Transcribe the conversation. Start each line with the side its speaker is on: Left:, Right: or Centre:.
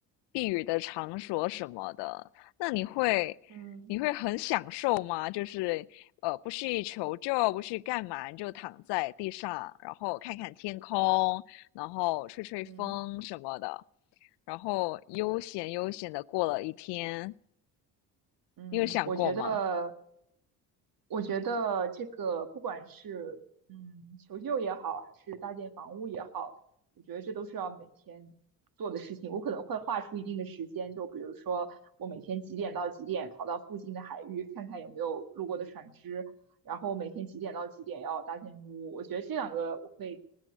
Left: 避雨的场所什么的，那你会你会很享受吗？
Right: 嗯
Left: 就是呃，不去求救，不去干嘛，你就躺在地上，然后看看天空，然后吹吹风什么的，
Right: 嗯
Left: 然后悠闲悠闲的过了一天，
Right: 嗯，
Left: 你有想过吗？
Right: 我觉得。我觉得这个不管是嗯求救也好，还是搭建房屋也好，我觉得这都是要每天做的事情。我可能会划出一定的时间，就比如说我每天几点到几点跑到附近的海域看看有没有路过的船只，然后每天几点到几点要搭建木屋。我觉得这两个我会